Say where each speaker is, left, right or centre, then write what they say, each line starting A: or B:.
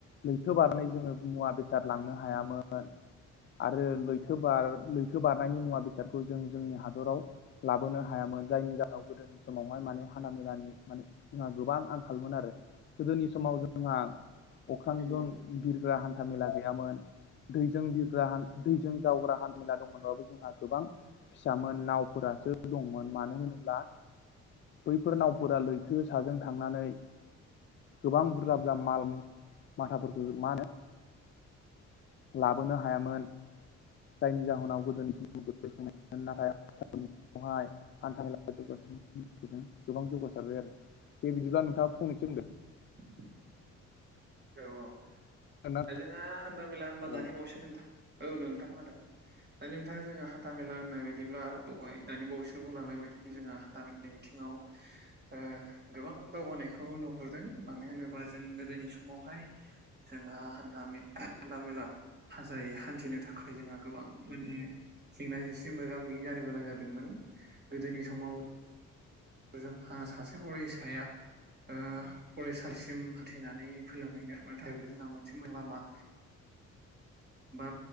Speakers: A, on the left (about 40°); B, on the right (about 35°).
A: लैथो बारनानै जोङो मुवा बेसाद। लांनो हायामोन आरो लैथो बार लैथो बारनायनि मुवा बेसादखौ जों जोंनि हादराव लाबोनो हायामोन जायनि जाहोनाव गोदोनि समावहाय माने हाना मेलानि माने जोंहा गोबां आंखालमोन आरो गोदोनि समाव जोंहा अख्रांजों
B: नंगौ
A: बिरगा हान्थामेला गैयामोन। दैजों बिरग्रा दैजों जावग्रा हान् मेला दंमोनबाबो जोंहा गोबां फिसामोन नावफोरा। दंमोन मानो होनोब्ला बैफोर नावफोरा लैथो साजों थांनानै गोबां बुरजा बुरजा माल माथाफोरखौ मा होनो लाबोनो हायामोन जायनि जाहोनाव गोदोनि सम गोन नाथाय हाय हान्थ ग गोबां जौगासारबाय आरो बे बिदिब्ला नोंथाङा फंनैसो होनदों
B: उम औव औव
A: बुंदो
B: जोंहा हान्था मेला
A: खोनादोंना
B: होनबा
A: औ
B: दानि
A: दे
B: बावसो नोंथां औव नोंथां खोनादों दा नोंथाङा जोङो हान्था मेला होननाय बायदिब्ला दहाय दानि बावैसो बुंलांनाय बदिनो जोंहा गामिनि बिथिङाव ओ गोबां दावगानायखौ नुहुरदों मानो होनोबा जों गोदोनि सम समावहाय जोंहा हानथा हान्था मेला हाजायै हान्थिनो थाखाय जोंहा गोबां बां माने जेंना जेंसि मोगा मोगि जानो गोनां जादोंमोन गोदोनि समाव जोंहा सासे अरिसाया ओ फरायसालिसिम हानथिनानै <unintelligible> थाखायबो जोंहा मोनसे <unintelligible> लामा
A: <unintelligible>
B: बा